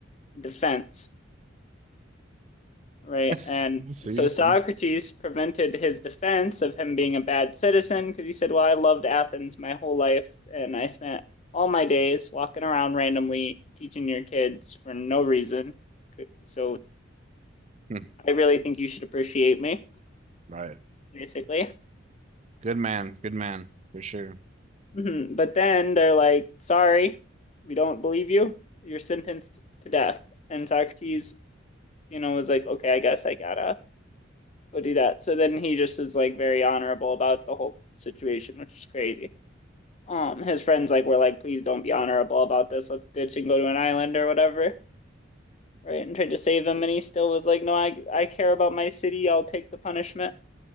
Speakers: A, on the left; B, on the right.
A: defense. Right.
B: I see.
A: And
B: I see.
A: so
B: I see.
A: Socrates prevented his defense of him being a bad citizen because he said, Well, I loved Athens my whole life, and I spent all my days walking around randomly teaching your kids for no reason. So
B: Hmm.
A: I really think you should appreciate me,
B: Right.
A: basically.
B: Good man. Good man for sure.
A: Mhm. But then they're like, Sorry, we don't believe you. You're sentenced to death. And Socrates, you know, was like, Okay, I guess I gotta go do that. So then he just is like very honorable about the whole situation, which is crazy. Um, his friends like were like, please don't be honorable about this. Let's ditch and go to an island or whatever, right? And tried to save him, and he still was like, no, I I care about my city. I'll take the punishment,